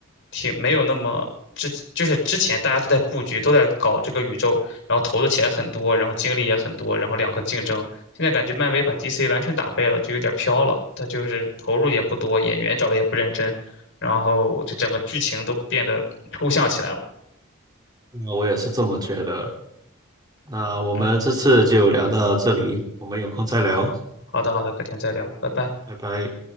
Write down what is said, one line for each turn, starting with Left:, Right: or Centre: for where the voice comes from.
Left: 挺没有那么之，就是之前大家都在布局，都在搞这个宇宙，然后投的钱很多，然后精力也很多，然后两个竞争。现在感觉漫威把 DC 完全打败了，就有点飘了。他就是投入也不多，演员找了也不认真，然后这整个剧情都变得抽象起来了。
Right: 那我也是这么觉得。那我们这次就聊到这里，
Left: 嗯，
Right: 我们有空再聊，
Left: 好的，好的，改天再聊，拜拜。
Right: 拜拜。